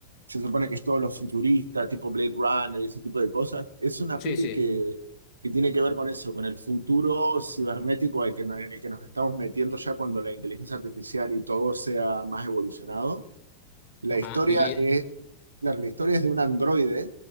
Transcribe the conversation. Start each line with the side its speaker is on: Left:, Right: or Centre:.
Right: se supone que es todos los futuristas, tipo Blade Runner y ese tipo de cosas. Es una
Left: sí,
Right: peli
Left: sí.
Right: que, que tiene que ver con eso, con el futuro cibernético al que, no- en el que nos estamos metiendo ya cuando la inteligencia artificial y todo sea más evolucionado. La
Left: Ajá.
Right: historia
Left: Oye,
Right: es Claro, la historia es de un androide,